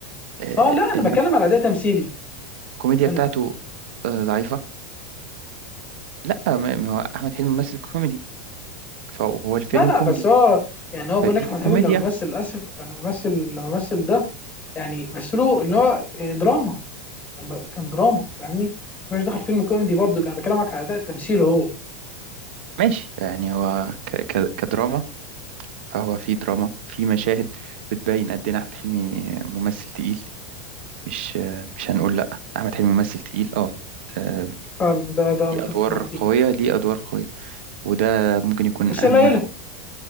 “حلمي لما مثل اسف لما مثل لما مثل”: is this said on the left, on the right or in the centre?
Left